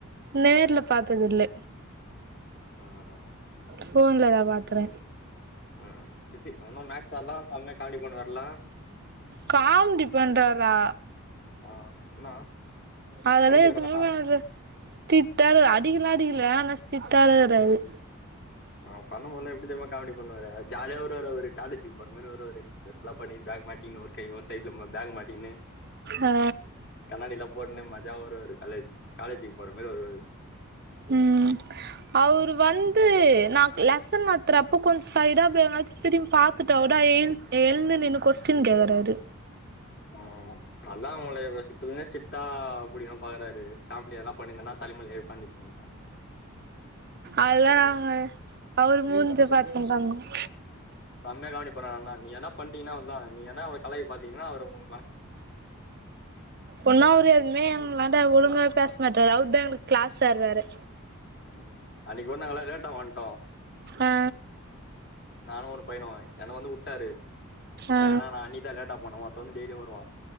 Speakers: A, on the right (about 45°); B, on the left (about 50°).
A: நேர்ல பாத்ததில்ல
B: அ அ அ
A: ஃபோன்லதா பாத்றே
B: ம் பிசி உன்னு மேக்ஸ் சார்லா செம்யா காம்ன்டி பண்வார்ல
A: காம்டிப் பண்றாரா
B: ஆ என்னா
A: அதல்லா
B: அடிக்கிறானா
A: எதுமே வராது ஸ்டிட்டாரு அடிக்கிலா அடிக்கிலா ஆனா ஸ்டிட்டாருக்குறாறு
B: நா பண்ணு போத்லா எப்டி தெரிமா காமடி பண்ணுவாரு ஜாலியா வருவாரு அவுரு காலேஜிக் போற மாறி வருவாரு ட்ரெஸ் லா பண்ணி பேக் மாட்டி இன்னோர் கை ஒர் சைட்ல மக் பேகு மாட்டிகினு
A: ஆ
B: கண்ணாடிலா போட்ன்னு மஜாவ வருவாரு காலேஜ் காலேஜிக் போற மாறி வர்வாரு
A: ம் அவுரு வந்து நா லெசன் நட்த்துறப்ப கொஞ் சைடா அப்டே எங்னாச் திரும் பாத்துட்டா கூட எல் எல்ந்து நின்னு கொஸ்டின் கேக் கறாரு
B: ம் அதா உங்கள இப சிப் இப்பத்லுனே ஸ்டிட்டா புடிகணு பாக்றாரு காம்டி எத்னா பண்ணிந்தனா தலிமேல உக்காந்துப்பிங்க
A: அத்லா நாங்க அவுரு மூஞ்ச பாத்னு <unintelligible>
B: செம்யா கவ்னிப்பாரு அதல்லா நீ எத்னா பண்டீனா அவ்ள்தா நீ என்னா அவுர கலாய்க பாத்திங்னா அவுரு உங்கு
A: உன்னோ அவுரு எத்மே எங்லான் ட ஒழுங்காவே பேஸ் மாட்டாரு அவுர் தா எங்ளுக் க்ளாஸ் சார் வேற
B: ம் அன்னைக்கு கூட நாங்கல்லா லேட்டா வந்ட்டோம்
A: அ
B: நானு ஒனு பையனு என்ன வந்து உட்டாரு
A: ஆ
B: ஏனா நா அன்னிக்தா லேட்டா போனோ ஒர்த்த வந்து டெய்லியு வருவா